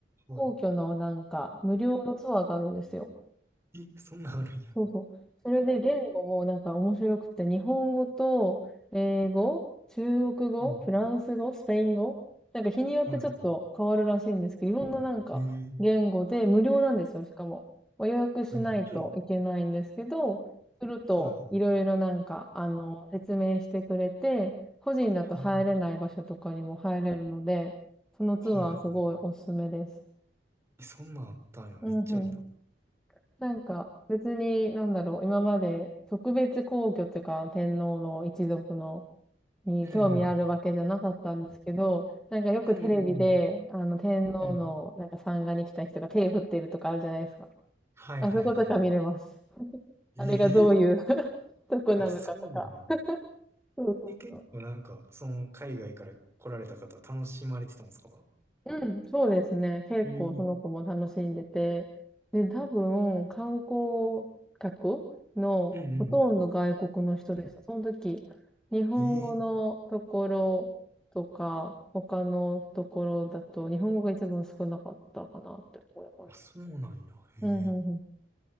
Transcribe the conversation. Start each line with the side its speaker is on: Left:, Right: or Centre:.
Right: い。
Centre: 皇居のなんか無料のツアーがあるんですよ。
Right: はい。え、そんなんあるんや。
Centre: そうそう。それで言語もなんか面白くて、日本語と英語、中国語、
Right: うん。
Centre: フランス語、スペイン語、なんか日によってちょっと変わるらしいんですけど、
Right: はいは
Centre: いろんななんか言語で無料なんですよ、
Right: い。えー
Centre: しかも。まあ予約しないといけないんですけど、
Right: え、めっちゃいい。
Centre: するといろいろなんか、
Right: はいはい。
Centre: あの、説明してくれて、個人だと入れない場所とかにも入れるので、
Right: はあ
Centre: そのツアーすごいおすすめです。
Right: はいはい。えそんなんあったんや。
Centre: うんうん。
Right: めっちゃいいな。
Centre: なんか別に、なんだろう、今まで特別皇居というか天皇の一族のに興味あるわけじゃなかったんですけど、
Right: うん、うん、
Centre: なんかよくテレビで、
Right: うん、
Centre: あの天皇のなんか参賀に来た人が手振ってるとかあるじゃないですか。
Right: うんうん。はいはいはいはい。
Centre: あそことか見れます。
Right: ええ
Centre: あれがどういう <laughs> とこなのかとか。
Right: あ、そうなんや。
Centre: そうそう
Right: で、結構なんか、その海外から来られた方楽しまれてたんですか
Centre: うん、そうですね。結構その子も楽しんでて。
Right: うん、ええ
Centre: で、多分、観光客のほとんど外国の人でした。
Right: うん、うん。
Centre: その時、日本語のところとか、
Right: あ、ええ
Centre: 他のところだと、日本語が一番少なかったかなって思います。
Right: あ、そうなんや。へえ
Centre: うん、うん、うん。す